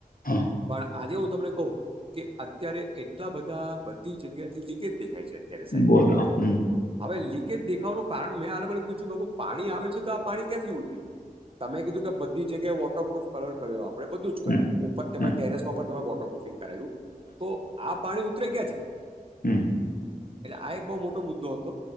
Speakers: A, on the left; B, on the right.
A: હા
B: પણ આજે હું તમને કહું કે અત્યારે એટલા બધા બધી જગ્યા થી લીકેજ દેખાય છે. તેરે સાઇડ.
A: બોલો હમ
B: હવે લીકેજ દેખાવાનું કારણ મેં આ લોકો પૂછ્યું પાણી આવે છે તો પાણી ક્યાંથી ઊઠ્યું તમે કીધું કે બધી જગ્યાએ વોટરપ્રુફ કલર કર્યો આપડે બધું
A: હમ
B: જ કર્યું ઉપર ટેરેસમાં
A: હમ
B: પણમે વોટર પ્રુફિંગ કરાવ્યું તો આ પાણી ઉતરે ક્યાં થી?
A: હમ્મ.
B: એટલે આ એક બહુ મોટો મુદ્દો હતો